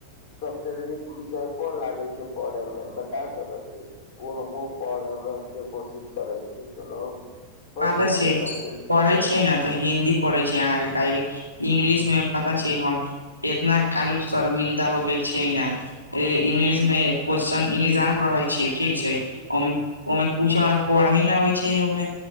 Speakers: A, on the left; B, on the left.
A: सबसे नीक विषय कोन लागे छै पढ़े मे बता सकै छी। उ हमुओ पढ़बै के कोशिश करै छी <unintelligible>
B: <unintelligible> छै
A: जे सबसे नीक?
B: पढ़े छी ना त हिन्दी पढ़ै छी अहाँ के काहेकि इंग्लिश मे पता छै हम इतना काएलु शर्मिंन्दा हो गेल छियै ना। ए इंगलिश मे क्वेश्चन इग्जाम रहल छी ठीक छै। ओ मे, ओय मे पूछे वाला पढ़े नै आबै छै ओय मे।